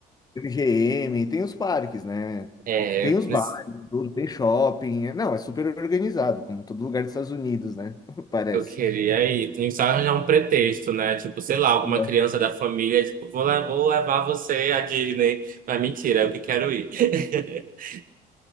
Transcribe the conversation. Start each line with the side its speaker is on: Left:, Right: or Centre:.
Left: MGM, tem os parques, né?
Right: É,
Left: Tem
Right: eu,
Left: os
Right: preci-
Left: bares, tudo, tem shopping. É- Não, é super organizado, como todo lugar dos Estados Unidos, né? <laughs> Parece.
Right: eu queria ir. Tem que só arranjar um pretexto, né? Tipo, sei lá, alguma
Left: Ué.
Right: criança da família, tipo, vou, lá, vou levar você à Disney. Mas mentira, eu que quero ir. <laughs>